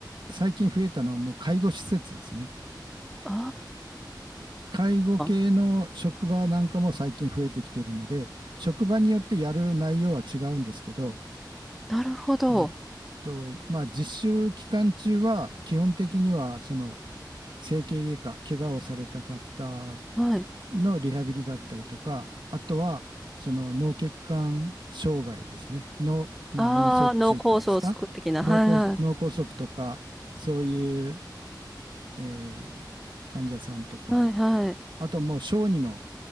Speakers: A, on the right; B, in the centre.
A: 最近増えたのはもう介護施設ですね。
B: あ
A: 介護系の職場なんかも最近増えてきてるので、
B: あ、
A: 職場によってやる内容は違うんですけど、
B: なるほど。
A: えっと、まあ、実習期間中は基本的には、その整形外科、怪我をされた方
B: はい。
A: のリハビリだったりとか、あとは、その脳血管障害ですね、脳、まあ、
B: ああ、
A: 脳卒中っていうんですか、
B: 脳梗塞的な。
A: 脳梗、
B: はいは
A: 脳梗塞とか、そういう、えー患者さんとか、
B: い。はいはい。
A: あともう小児の